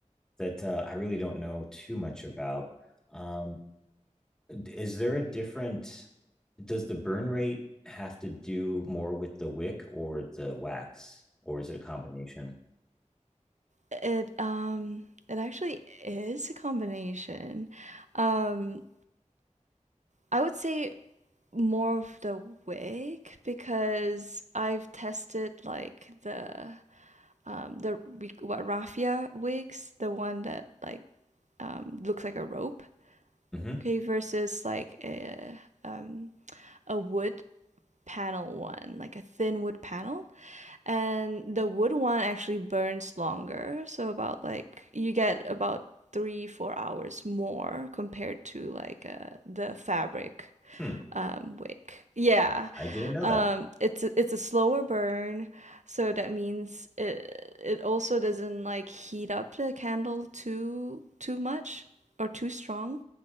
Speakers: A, in the centre; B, on the right (about 70°).
A: that uh, I really don't know too much about. Um, is there a different? Does the burn rate have to do more with the wick or the wax, or is it a combination?
B: It um. It actually is a combination. Um. I would say more of the wig because I've tested like the um, the what raffia wigs, the one that like um, looks like a rope,
A: hmm
B: okay, versus like a um, a wood panel one, like a thin wood panel, and the wood one actually burns longer, so about like you get about three four hours more compared to like uh, the fabric
A: Hmm.
B: um, wick. Yeah,
A: I, I didn't know
B: um,
A: that.
B: it's a, it's a slower burn, so that means it it also doesn't like heat up the candle too too much or too strong,